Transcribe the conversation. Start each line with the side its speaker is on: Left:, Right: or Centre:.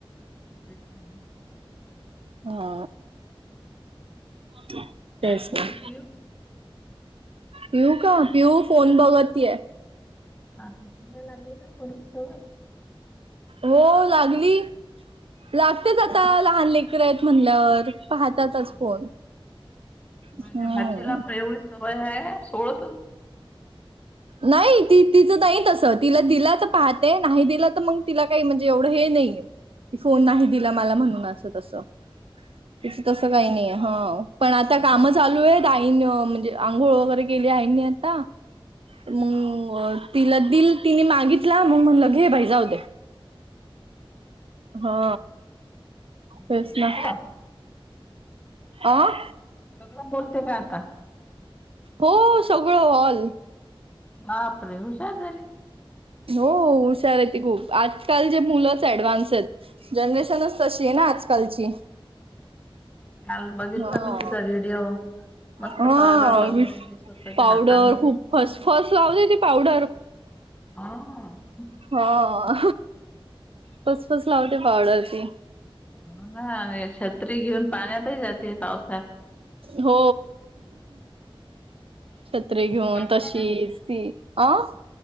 Left: तेच आहे ना?
Right: हा तेच
Left: काय करते
Right: आहे.
Left: पिऊ
Right: पिऊ का पिऊ फोन बघतेय.
Left: ह तिला पण लागली का फोन ची सवय? <unintelligible>
Right: हो लागली लागतेच आता लहान लेकर आहेत म्हणल्यावर. पाहतातच
Left: सवय
Right: फोन
Left: माझ्या
Right: हम्.
Left: भाचीला पण एवढी सवय हाय सोडतच
Right: नाही ती तिचं नाही तसं तिला दिला तर पाहते नाही दिलं तर मग तिला काही म्हणजे एवढं हे नाहीय. फोन नाही दिला मला म्हणून असं तस तीच तस काही नाही हा. पण आता काम
Left: हे
Right: चालू आहेत आईन म्हणजे आंघोळ वगैरे केले आईनी आता. मग तिला दिल तिने मागितला मग म्हणलं घे बाई जाऊ दे. हा तेच
Left: बोलते
Right: ना.
Left: सगळं
Right: आं?
Left: सगळं बोलते का आता?
Right: हो सगळं ऑल.
Left: बाप रे हुशार झाली.
Right: हो हुशार आहे ती खूप आजकाल जे मुलंच ऍडव्हान्स आहेत. जनरेशनच तशी आहे ना आजकालची.
Left: काल बघितलं
Right: हा
Left: मी तिचा व्हिडिओ. मस्त
Right: हा
Left: पावडर लावून
Right: विस
Left: राहिली स्वतःच्या
Right: पावडर
Left: हातानं
Right: खूप फस फस लावते ती पावडर.
Left: हा. <unintelligible>
Right: हा फस फस लावते पावडर ती.
Left: होण ना आणि छत्री घेऊन पाण्यातही जाते पावसात.
Right: हो छत्रीे
Left: तिला
Right: घेऊन
Left: टाकला
Right: तशीच
Left: का
Right: ती. आं?